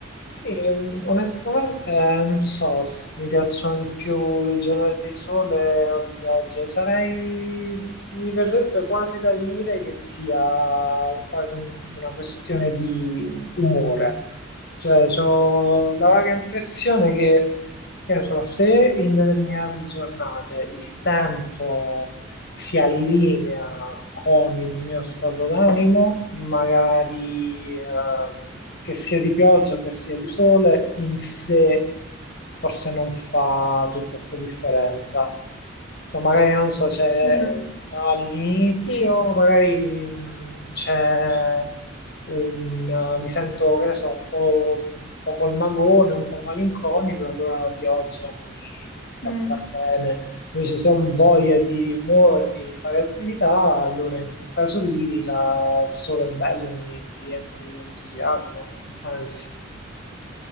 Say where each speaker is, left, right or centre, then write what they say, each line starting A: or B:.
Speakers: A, on the left; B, on the left.
A: Sì, mm, onestamente non so se mi piacciono di più le giornate di sole o di pioggia. Sarei, mi verrebbe quasi da dire che sia un- quasi un- una questione di umore. Cioè, ho la vaga impressione che, che ne so, se in determinate giornate il tempo si allinea con il mio stato d'animo, magari eh, che sia di pioggia, che sia di sole, in sé forse non fa tutta questa differenza. Insomma, magari non so, c'è
B: Mm,
A: all'inizio,
B: sì, Eh?
A: magari mh, c'è un, eh, mi sento, che ne so, un po', un po' col magone, un po' malinconico, allora la pioggia mi fa
B: mm.
A: star bene. Invece se ho voglia di muovermi, di fare attività, allora in quel caso lì la- il sole è bello, mi, mi riempie di entusiasmo, pensi.